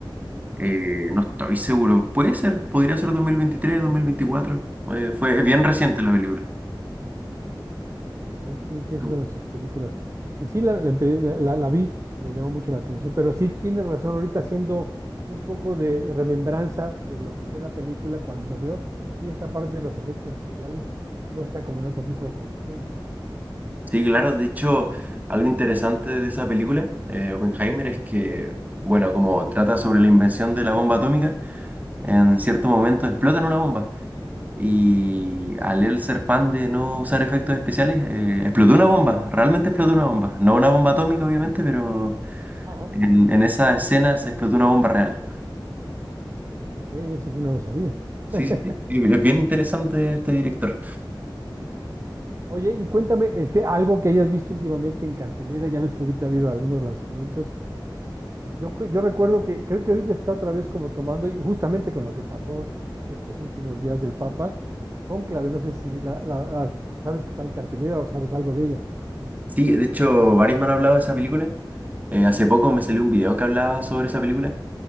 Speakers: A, on the right; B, on the right.
A: Eh, no estoy seguro. Puede ser, podría ser 2023, 2024. Eh, fue es bien reciente
B: Ya.
A: la película.
B: Ahí Sí, sí, es
A: Mm.
B: una de sus películas. Y sí, la, la empe- la- la vi, me llamó mucho la atención, pero sí tienes razón, ahorita haciendo un poco de remembranza de lo que fue la película cuando veo, sí, esta parte de los efectos especiales no está como en otro tipo de producciones.
A: Sí, claro. De hecho, algo interesante de esa película, eh, Oppenheimer, es que, bueno, como trata sobre la invención de la bomba atómica, en cierto momento explotan una bomba. Y al él ser fan de no usar efectos especiales, eh, explotó una bomba, realmente explotó una bomba. No una bomba atómica, obviamente, pero
B: Ajá,
A: en, en esa escena se explotó una bomba real.
B: ok, eso sí no lo sabía.
A: Sí,
B: <laughs>
A: sí, sí, sí, es bien interesante este director.
B: Oye, y cuéntame, este, algo que hayas visto últimamente en cartelera, ya ves que ahorita ha habido algunos lanzamientos, Yo, cu- yo recuerdo que creo que ahorita está otra vez como tomando, y justamente con lo que pasó estos últimos días del Papa, cónclave, no sé si la, la- la- sabes que está en cartelera o sabes algo de ella.
A: Sí, de hecho, varios me han hablado de esa película. Eh, hace poco
B: Ujú.
A: me salió un video que hablaba sobre esa película